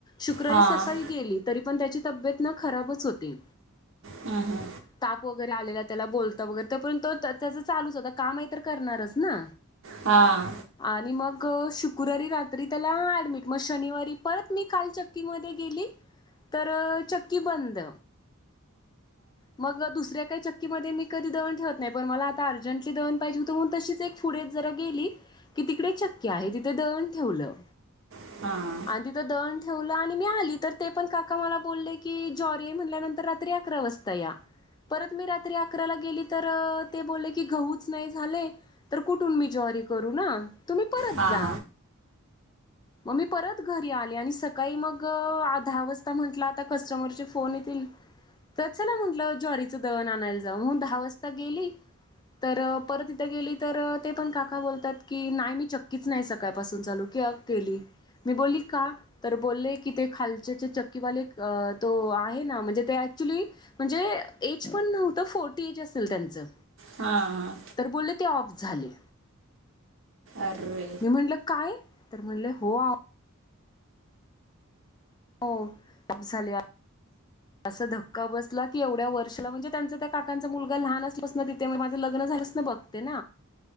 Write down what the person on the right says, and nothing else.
हां हां
हा -हा
हां
हा
हां
हां
हा- हा
अरे